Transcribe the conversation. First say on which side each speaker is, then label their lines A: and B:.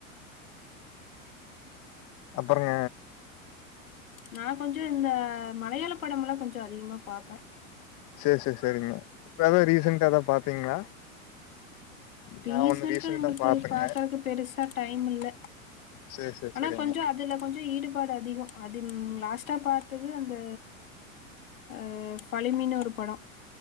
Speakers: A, on the left (about 45°); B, on the left (about 85°).
A: அப்றங்க
B: நான் கொஞ்சம் இந்த மலையாள படம் எல்லாம் கொஞ்சம் அதிகமா பாப்பே
A: செரி செரி செரிங்க இப்ப ஏதா ரீசன்டா எதா பாத்தீங்களா
B: ரீசன்டா
A: நா ஒன்னு ரீசெண்டா
B: நம்மளுக்கு
A: பாத்தங்க
B: பாக்குறக்கு பெருசா டைம் இல்ல
A: சேரி சேரி
B: ஆனா
A: சேரிங்க
B: கொஞ்சம் அதுல கொஞ்சம் ஈடுபாடு அதிகம் அது லாஸ்ட்டா பாத்தது அந்த அ ஃபலிமினு ஒரு படம்